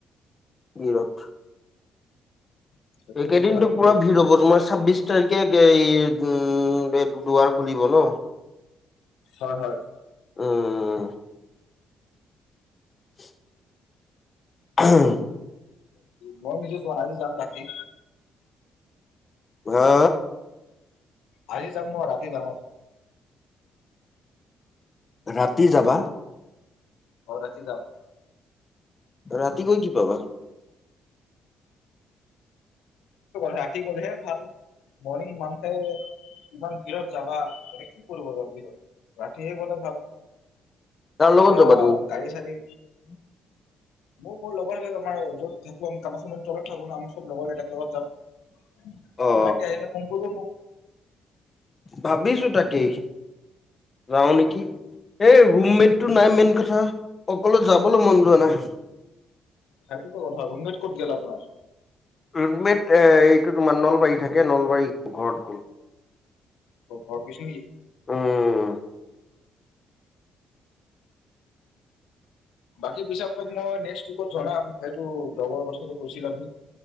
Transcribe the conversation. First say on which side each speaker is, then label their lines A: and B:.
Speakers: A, on the left (about 35°); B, on the left (about 90°).
A: ভিৰত।
B: সেইটোৱে
A: এইকেইদিনটো
B: কথা ভিৰত
A: পুৰা ভিৰ হ'ব তোমাৰ ছাব্বিশ তাৰিখে উম, দুৱাৰ খুলিব ন।
B: হয় - হয়।
A: উম, <inaudible> উম,
B: মই নিজে চোন আজি যাম ৰাতি।
A: হা
B: আজি যাম মই ৰাতি যাম অ,
A: ৰাতি যাবা।
B: অ, ৰাতি যাম।
A: ৰাতি গৈ কি পাবা।
B: ৰাতি গলেহে ভাল মৰ্ণিং ইমান খ ইমান ভিৰত যাবা তাতে কি কৰিব যাম ভিৰত ৰাতিহে গ'লে ভাল
A: কাৰ
B: তেতিয়া
A: লগত যাবা তুমি
B: গাড়ী চাড়ী
A: <inaudible>
B: মোক মোৰ লগৰ হৈ <unintelligible> আমাৰ য'ত থাকো আমি কামৰ সময় তলত থাকো ন আমাৰ সব লগৰ কেইটাক লগত জাপ, আপু
A: অ
B: ৰাতি আহিলে ফোন কৰিব মোক।
A: ভাবিছো তাকেই যাওঁ নেকি? এই ৰুমমেটটো নাই মেইন কথা অকলে যাবলৈ মন যোৱা নাই।
B: সেইটো কথা ৰোমমেট ক'ত গে'ল আপোনাৰ?
A: ৰৰুটমেট এইটো তোমাৰ নলবাৰী থাকে নলবাৰী ঘৰত গ'ল।
B: অ', ঘৰ গৈছে নেকি?
A: উম।
B: বাকী পিছে আপোনাক মই নেক্স উইকত জনাম সেইটো দগৰ কথাটো কৈছিল আপুনি।